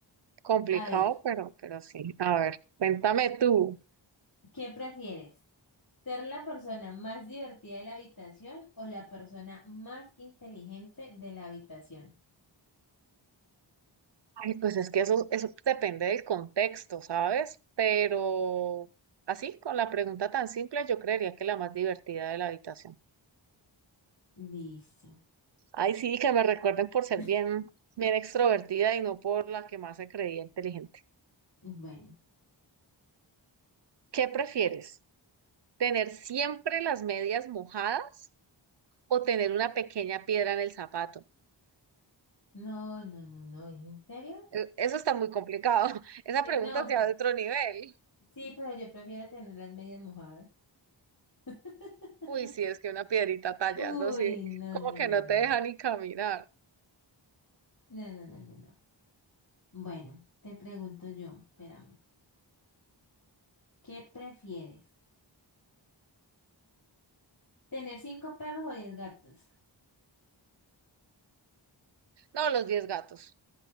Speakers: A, on the right (about 60°); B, on the left (about 50°).
A: Complicado,
B: A ver,
A: pero, pero sí. A ver, cuéntame tú.
B: ¿qué prefieres? ¿Ser la persona más divertida de la habitación o la persona más inteligente de la habitación?
A: Ay, pues es que eso, eso depende del contexto, ¿sabes? Pero así, con la pregunta tan simple, yo creería que la más divertida de la habitación.
B: Listo.
A: Ay, sí, que me recuerden por ser
B: <laughs>
A: bien, bien extrovertida y no por la que más se creía inteligente.
B: Bueno,
A: ¿Qué prefieres? ¿Tener siempre las medias mojadas o tener una pequeña piedra en el zapato?
B: no, no, no, no, ¿en serio?
A: Eh, Eso está muy complicado. <laughs> Esa
B: Sí,
A: pregunta
B: no,
A: es ya
B: p-
A: de otro nivel.
B: sí, pero yo prefiero tener las medias mojadas. <laughs>
A: Uy, sí, es que una piedrita tallando,
B: Uy,
A: sí,
B: no,
A: como
B: no,
A: que
B: no,
A: no
B: no,
A: te deja
B: no,
A: ni caminar.
B: no, no, no, no, no. Bueno, te pregunto yo, espérame, ¿qué prefieres? ¿Tener cinco perros o diez gatos?
A: No, los 10 gatos.